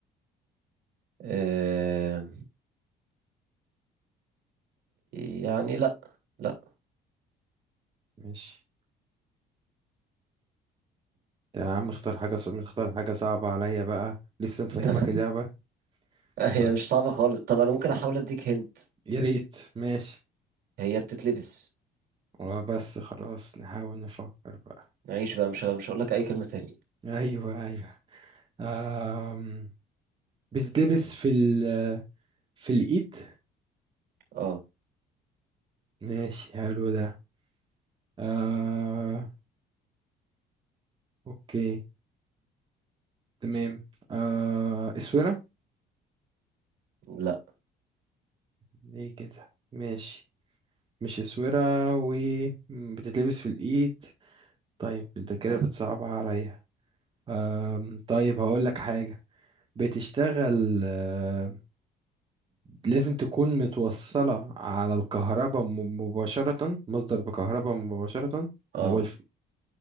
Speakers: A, on the right; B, on the right.
A: آه، يعني لا لا
B: ماشي يا عم اختار حاجة صعبة اختار حاجة صعبة عليا بقى لسه مفهمك
A: <laughs> طب
B: اللعبة
A: هي
B: طيب
A: مش صعبة خالص طب أنا ممكن أحاول أديك هنت
B: يا ريت ماشي
A: هي بتتلبس
B: وبس خلاص نحاول نفكر بقى
A: عيش بقى مش مش هقول لك أي كلمة تاني
B: أيوه أيوه أم... بتتلبس في ال في الإيد
A: اه
B: ماشي حلو ده آه أوكي تمام آه اسورة
A: لا
B: ليه كده ماشي مش اسورة و م، بتتلبس في الإيد طيب انت كده
A: اه
B: بتصعبها عليا آه طيب هقول لك حاجة بتشتغل آه لازم تكون متوصلة على الكهرباء م- مباشرة مصدر بكهرباء مباشرة
A: آه.
B: اللي هو الف...